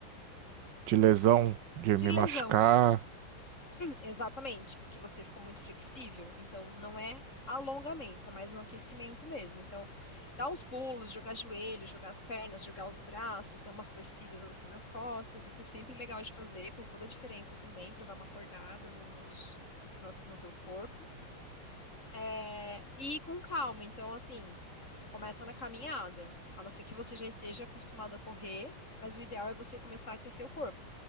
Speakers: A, on the right; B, on the left.
A: De lesão, de
B: de
A: me
B: lesão.
A: machucar.
B: Exatamente, porque você ficou muito flexível, então não é alongamento, é mais um aquecimento mesmo. Então, dá uns pulos, jogar joelho, jogar as pernas, jogar os braços, dar umas torcidas assim nas costas, isso é sempre legal de fazer, faz toda a diferença também para dar uma acordada no, nos- na- no teu corpo. É, e ir com calma. Então, assim, começa na caminhada. A não ser que você já esteja acostumado a correr, mas o ideal é você começar a aquecer o corpo.